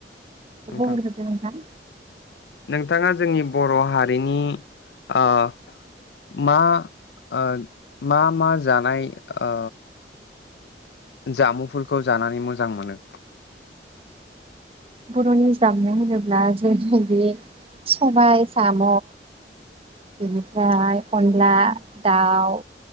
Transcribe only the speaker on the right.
बुंग्रोदो नोंथां
बरनि जामुं होनोब्ला जेरैबायदि सबाय साम बेनिफ्राय अनला दाउ